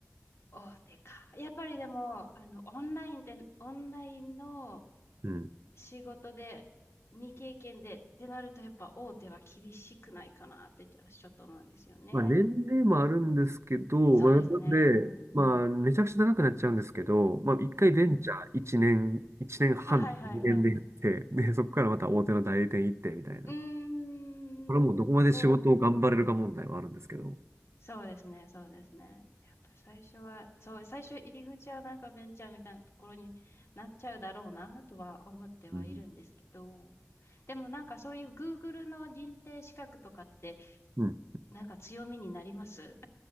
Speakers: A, on the left; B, on the right.
A: 大手か。やっぱりでも、あの、オンラインで、オンラインの
B: <laughs> うん
A: 仕事で、未経験でってなると、やっぱ大手は厳しくないかなってちょちょっと思うんですよね。
B: まあ、年齢もあるんですけど、
A: そうですね。
B: まあ、なんで、
A: うん、
B: まあ、めちゃくちゃ長くなっちゃうんですけど、まあ、一回ベンチャー1年、
A: うん。うん。
B: 一年半、
A: あ、はいはいはい。
B: 2年でやって、で、そこからまた大手の代理店行ってみたいな。
A: うーん、
B: これはもうどこまで仕事を頑張れるか問題はあるんですけど。
A: そうですね。そうですね、そうですね。やっぱ最初は、そう、最初入り口はなんかベンチャーみたいなところになっちゃうだろうなとは思ってはいるんですけど、
B: うん。
A: でもなんかそういう Google の認定資格とかって
B: うん。
A: なんか強みになります